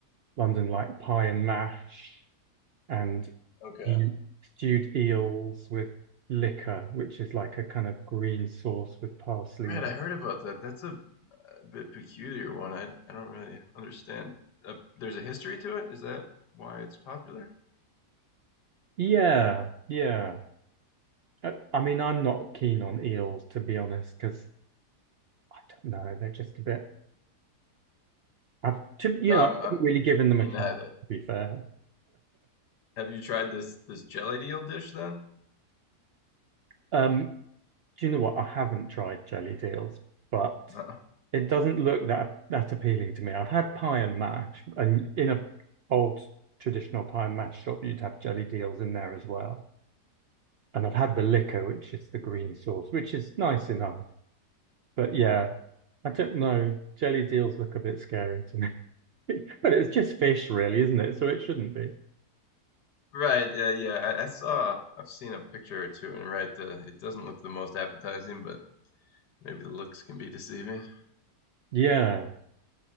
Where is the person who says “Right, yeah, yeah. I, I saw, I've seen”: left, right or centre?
Left